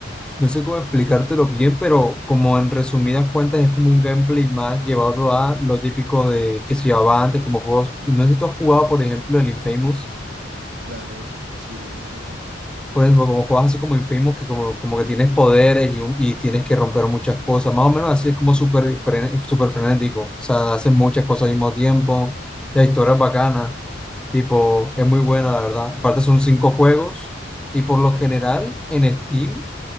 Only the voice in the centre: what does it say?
no sé cómo explicártelo bien, pero como en resumidas cuentas es como un gameplay más llevado a lo típico de que se llevaba antes, como juegos. tú- No sé si tú has jugado, por ejemplo, el Infamous.
Por ejemplo como juegas así como Infamous, que como, como que tienes poderes y, un- y tienes que romper muchas cosas, más o menos así es como súper fren- súper frenético, o sea, hacen muchas cosas al mismo tiempo, la historia es bacana, tipo, es muy buena, la verdad. Aparte son cinco juegos y por lo general en Steam